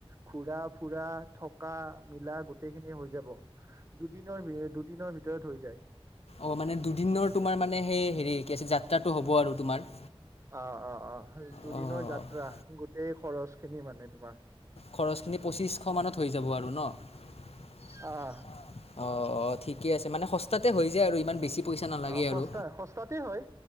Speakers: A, on the right; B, on the left.
A: ঘুৰা ফুৰা। থকা মিলা গোটেইখিনি হৈ যাব, দুদিনৰ দুদিনৰ ভিতৰত হৈ যা
B: অ মানে দুদিনৰ তোমাৰ মানে সেই হেৰি কি আ যাত্ৰাটো হ'ব আৰু তোমাৰ
A: অ অ অ দুদিনৰ
B: খৰচখিনি
A: যাত্ৰা গোটেই খৰচ খিনি মানে তোমাৰ।
B: খৰচখিনি পঁচিছশ মানত হৈ যাব আৰু ন?
A: আহ
B: অঁ। অ ঠিকে আছে মানে সস্তাতে হৈ যায় আৰু ইমান বেছি পইচা নালাগে
A: অ
B: আৰু
A: সস্তা সস্তাতে হয়